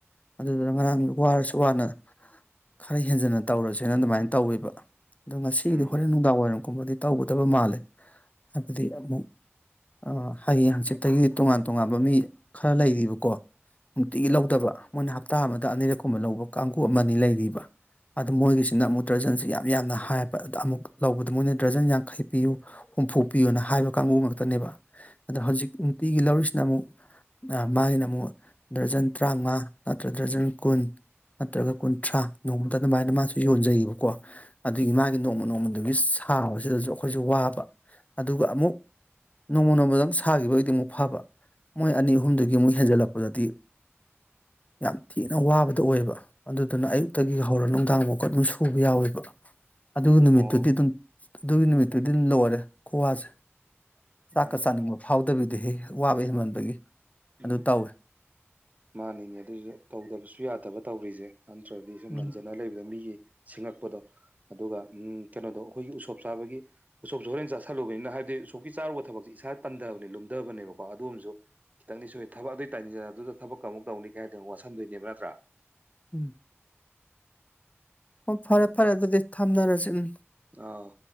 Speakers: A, on the left (about 30°); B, on the right (about 35°).
A: ꯑꯗꯨꯗꯨꯅ ꯉꯔꯥꯡꯒꯤꯗꯣ
B: ꯎꯝ
A: ꯋꯥꯔꯁꯨ ꯋꯥꯅ ꯈꯔ ꯍꯦꯟꯖꯟꯅ ꯇꯧꯔꯁꯦꯅ ꯑꯗꯨꯃꯥꯏꯅ ꯇꯧꯋꯦꯕ ꯑꯗꯣ ꯉꯁꯤꯗꯤ
B: ꯎꯝ
A: ꯍꯣꯔꯦꯟ ꯅꯨꯡꯗꯥꯡ ꯋꯥꯏꯔꯝꯒꯨꯝꯕꯗꯤ ꯇꯧꯒꯗꯕ ꯃꯥꯜꯂꯦ ꯍꯥꯏꯕꯗꯤ ꯑꯃꯨꯛ ꯑꯥ ꯍꯌꯦꯡ ꯍꯥꯡꯆꯤꯠꯇꯒꯤ ꯇꯣꯉꯥꯟ ꯇꯣꯉꯥꯟꯕ ꯃꯤ ꯈꯔ ꯂꯩꯔꯤꯕꯀꯣ ꯅꯨꯡꯇꯤꯒꯤ ꯂꯧꯗꯕ ꯃꯣꯏꯅ ꯍꯞꯇꯥ ꯑꯃꯗ ꯑꯅꯤꯔꯛꯀꯨꯝꯕ ꯂꯧꯕ ꯀꯥꯡꯒ ꯑꯃꯅꯤ ꯂꯩꯔꯤꯕ ꯑꯗꯨ ꯃꯣꯏꯒꯤꯁꯤꯅ ꯑꯃꯨꯛ ꯇꯔꯖꯟꯁꯦ ꯌꯥꯝ ꯌꯥꯝꯅ ꯍꯥꯏꯑꯕ ꯑꯗ ꯑꯃꯨꯛ <unintelligible> ꯂꯧꯕꯗ ꯃꯣꯏꯅ ꯗ꯭ꯔꯖꯟ ꯌꯥꯡꯈꯩ ꯄꯤꯌꯨ ꯍꯨꯝꯐꯣꯛꯄꯤꯌꯣꯅ ꯍꯥꯏꯕ ꯀꯥꯡꯕꯨ ꯉꯥꯛꯇꯅꯦꯕ ꯑꯗꯣ ꯍꯧꯖꯤꯛ ꯅꯨꯡꯇꯤꯒꯤ ꯂꯧꯔꯤꯁꯤꯅ ꯑꯃꯨꯛ ꯅ ꯃꯥꯒꯤꯅ ꯑꯃꯨꯛ ꯗꯔꯖꯟ ꯇꯔꯥꯃꯉꯥ ꯅꯠꯇ꯭ꯔ ꯗꯔꯖꯟ ꯀꯨꯟ ꯅꯠꯇ꯭ꯔꯒ ꯀꯨꯟꯊ꯭ꯔꯥ ꯅꯣꯡꯃꯗ ꯑꯗꯨꯃꯥꯏꯅ ꯃꯥꯁꯨ ꯌꯣꯟꯖꯩꯌꯦꯕꯀꯣ ꯑꯗꯨꯒꯤ ꯃꯥꯒꯤ ꯅꯣꯡꯃ ꯅꯣꯡꯃꯗꯨꯒꯤ ꯁꯥꯕꯁꯤꯗꯁꯨ ꯑꯩꯈꯣꯏꯁꯨ ꯋꯥ ꯕ ꯑꯗꯨꯒ ꯑꯃꯨꯛ ꯅꯣꯡꯃ ꯅꯣꯡꯃꯗ ꯑꯗꯨꯝ ꯁꯥꯈꯤꯕ ꯑꯣꯏꯗꯤ ꯑꯃꯨꯛ ꯐꯕ ꯃꯣꯏ ꯑꯅꯤ ꯑꯍꯨꯝꯗꯨꯒꯤ ꯃꯨꯛ ꯍꯦꯟꯖꯜꯂꯛꯄꯗꯗꯤ ꯌꯥꯝ ꯊꯤꯅ ꯋꯥꯕꯗꯣ ꯑꯣꯏꯌꯦꯕ ꯑꯗꯨꯗꯨꯅ ꯑꯌꯨꯛꯇꯒꯤ ꯍꯧꯔ ꯅꯨꯡꯗꯥꯡ ꯕꯥꯎꯀ ꯑꯗꯨꯝ ꯁꯨ ꯎꯕ ꯌꯥꯎꯋꯦꯕ ꯑꯗꯨ ꯅꯨꯃꯤꯠꯇꯨꯗꯤ
B: ꯑꯣ
A: ꯑꯗꯨꯝ ꯑꯗꯨꯒꯤ ꯅꯨꯃꯤꯠꯇꯨꯗꯤ ꯑꯗꯨꯝ ꯂꯣꯏꯔ ꯈꯨꯠꯋꯁꯦ ꯆꯥꯛꯀ
B: ꯎꯝ
A: ꯆꯥꯅꯤꯡꯕ ꯐꯧ ꯐꯥꯎꯗꯕꯤꯗꯨꯍꯦ ꯋꯥꯕ ꯍꯦꯟꯃꯟꯕꯒꯤ
B: ꯎꯝ
A: ꯑꯗꯨ ꯇꯧꯋꯦ
B: ꯃꯥꯅꯤꯅꯦ ꯑꯗꯨꯁꯨ ꯇꯧꯗꯕꯁꯨ ꯌꯥꯗꯕ ꯇꯧꯔꯤꯁꯦ ꯅꯠꯇ꯭ꯔꯗꯤ ꯁꯨꯝ
A: ꯎꯝ
B: ꯅꯟꯖꯟꯂ ꯂꯩꯕꯗ ꯃꯤꯒꯤ ꯁꯤꯡꯉꯛꯄꯗꯣ ꯑꯗꯨꯒ ꯎꯝ ꯀꯩꯅꯣꯗꯣ ꯑꯩꯈꯣꯏꯒꯤ ꯎꯁꯣꯞ ꯆꯥꯕꯒꯤ ꯎꯁꯣꯞꯁꯨ ꯍꯣꯔꯦꯟ ꯆꯥꯥꯁꯜꯂꯨꯕꯅꯤꯅ ꯍꯥꯏꯕꯗꯤ ꯎꯁꯣꯞꯀꯤ ꯆꯥꯔꯨꯕ ꯊꯕꯛꯁꯤ ꯏꯁꯥ ꯇꯟꯗꯕꯅꯦ ꯂꯨꯝꯗꯕꯅꯦꯕꯀꯣ ꯑꯗꯨ ꯑꯣꯏꯔꯁꯨ ꯈꯤꯇꯪꯗꯤ ꯁꯨꯏ ꯊꯕꯛ ꯑꯗꯨꯏ ꯇꯟꯖꯕꯗꯨꯗ ꯊꯕꯛ ꯀ ꯑꯃꯨꯛ ꯇꯩꯅꯤ ꯍꯥꯏꯔꯗꯤ ꯑꯃꯨꯛ ꯋꯥꯁꯟꯗꯣꯏꯅꯦꯕ ꯅꯠꯇ꯭ꯔꯥ
A: ꯎꯝ ꯑꯣ ꯐꯔꯦ ꯐꯔꯦ ꯑꯗꯨꯗꯤ ꯊꯝꯅꯔꯁꯦ ꯎꯝ
B: ꯑꯥ